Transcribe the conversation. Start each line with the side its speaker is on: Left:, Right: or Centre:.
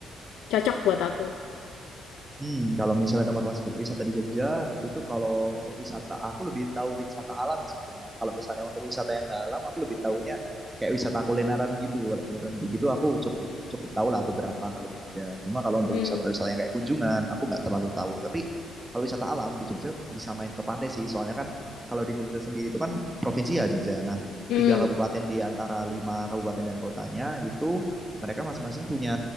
Left: cocok buat aku?
Right: Hmm, kalau misalnya tempat wis- wisata di Jogja itu kalau wisata aku lebih tahu wisata alam ya sebetulnya. Kalau misalnya untuk wisata yang nggak alam aku lebih tahunya kayak wisata kulineran gitu. Kalau kulineran kayak gitu aku cukup cukup tahu lah beberapa kalau di Jogja. Cuma kalau untuk
Left: Hmm.
Right: wisata-wisata yang kayak kunjungan aku nggak terlalu tahu. Tapi kalau wisata alam di Jogja bisa main ke pantai sih. Soalnya kan kalau di Jogja sendiri itu kan provinsi ya Jogja. Nah,
Left: Hmm.
Right: tiga kabupaten di antara lima kabupaten dan kotanya itu mereka masing-masing punya